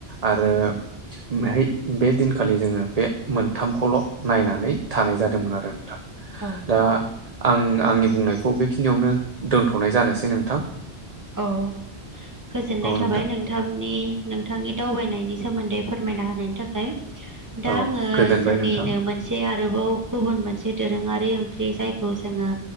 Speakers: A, on the right; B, on the right.
A: आरो ह बे दिनखालि जोङो बे मोनथामखौल' नायनानै थानाय जादोंमोन आरो नोंथां।
B: औ
A: दा आं आंनि बुंनायखौ बेखिनियावनो दोनथ'नाय जानोसै नोंथां।
B: औ गोजोननाय
A: औ
B: थाबाय
A: नोंथां
B: नों सथामनि नोंथांनि दावबायनायनि सोमोन्दै फोरमायना होनायनि थाखाय। दा
A: औ
B: आङो
A: गोजोनबाय
B: जोंनिनो
A: नोंथां
B: मोनसे से आरोबाव गुबुन मोनसे दोरोङारि ओंख्रि जायखौ जोङो